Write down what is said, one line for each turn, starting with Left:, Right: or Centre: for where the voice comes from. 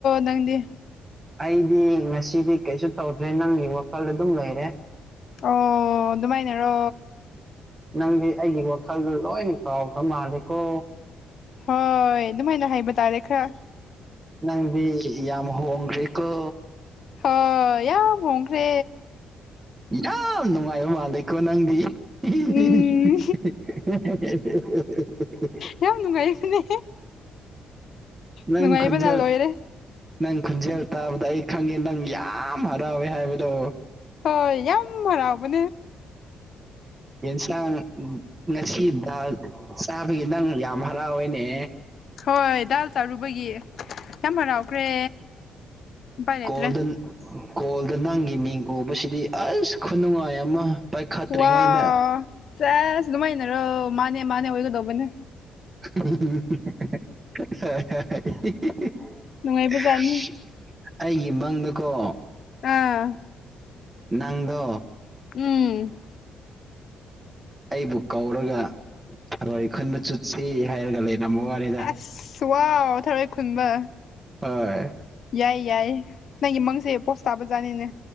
Left: ꯅꯪꯗꯤ
Right: ꯑꯩꯗꯤ ꯉꯁꯤꯗꯤ ꯀꯩꯁꯨ ꯇꯧꯗ꯭ꯔꯦ ꯅꯪꯒꯤ ꯋꯥꯈꯜ ꯑꯗꯨꯝ ꯂꯩꯔꯦ
Left: ꯑꯣ ꯑꯗꯨꯃꯥꯏꯅꯔꯣ
Right: ꯅꯪꯗꯤ ꯑꯩꯒꯤ ꯋꯥꯈꯜꯗ ꯂꯣꯏ ꯀꯥꯎꯈ꯭ꯔ ꯃꯥꯜꯂꯦꯀꯣ
Left: ꯍꯣꯏ ꯑꯗꯨꯃꯥꯏꯅ ꯍꯥꯏꯕ ꯇꯥꯔꯦ ꯈꯔ
Right: ꯅꯪꯗꯤ ꯌꯥꯝ ꯍꯣꯡꯈ꯭ꯔꯦꯀꯣ
Left: ꯍꯣꯢ ꯌꯥꯝ ꯍꯣꯡꯈ꯭ꯔꯦ
Right: ꯌꯥꯝ ꯅꯨꯡꯉꯥꯏꯕ ꯃꯥꯜꯂꯦ ꯀꯣ ꯅꯪꯗꯤ <inaudible> <unintelligible>
Left: ꯎꯝ ꯌꯥꯝ ꯅꯨꯡꯉꯥꯏꯕꯅꯦ
Right: ꯅꯪ
Left: ꯅꯨꯡꯉꯥꯏꯕꯅ
Right: ꯈꯣꯟꯖꯦꯜ
Left: ꯂꯣꯏꯔꯦ
Right: ꯅꯪ ꯈꯨꯟꯖꯦꯜ ꯇꯥꯕꯗ ꯑꯩ ꯈꯪꯉꯦ ꯅꯪ ꯌꯥꯝ ꯍꯔꯥꯎꯋꯦ ꯍꯥꯏꯕꯗꯣ
Left: ꯍꯣꯏ ꯌꯥꯝ ꯍꯔꯥꯎꯕꯅꯦ
Right: ꯌꯦꯟꯁꯥꯡ ꯉꯁꯤ ꯗꯥꯜ ꯆꯥꯕꯒꯤ ꯅꯪ ꯌꯥꯝ ꯍꯔꯥꯎꯏꯅꯦ
Left: ꯍꯣꯏ ꯗꯥꯜ ꯆꯥꯔꯨꯕꯒꯤ ꯌꯥꯝ ꯍꯔꯥꯎꯈ꯭ꯔꯦ ꯎꯄꯥꯏ ꯂꯩꯇ꯭ꯔꯦ
Right: ꯀꯣꯜꯗ ꯀꯣꯜꯗ ꯅꯪꯒꯤ ꯃꯤꯡ ꯎꯕꯁꯤꯗꯤ ꯑꯁ ꯈꯨꯅꯨꯡꯉꯥꯏ ꯑꯃ ꯄꯥꯏꯈꯠꯇ꯭ꯔꯤꯉꯩꯗ
Left: ꯋꯥ ꯆꯁ ꯅꯨꯡꯃꯥꯏꯅꯔꯣ ꯃꯥꯅꯦ ꯃꯥꯅꯦ ꯑꯣꯏꯒꯗꯧꯕꯅꯦ
Right: <unintelligible>
Left: ꯅꯨꯡꯉꯥꯏꯕꯖꯥꯠꯅꯤ
Right: ꯑꯩꯒꯤ ꯃꯪꯗꯀꯣ
Left: ꯑꯥ
Right: ꯅꯪꯗꯣ
Left: ꯎꯝ
Right: ꯑꯩꯕꯨ ꯀꯧꯔꯒ ꯊꯔꯣꯏ ꯈꯨꯟꯕ ꯆꯠꯁꯤ ꯍꯥꯏꯔꯒ ꯂꯩꯔꯝꯕ ꯋꯥꯅꯤꯗ
Left: ꯑꯁ ꯋꯥꯎ ꯊꯔꯣꯏ ꯈꯨꯟꯕ
Right: ꯍꯣꯏ
Left: ꯌꯥꯏ ꯌꯥꯏꯌꯦ ꯅꯪꯒꯤ ꯃꯪꯁꯦ ꯄꯣꯁ ꯇꯥꯕ ꯖꯥꯠꯅꯤꯅꯦ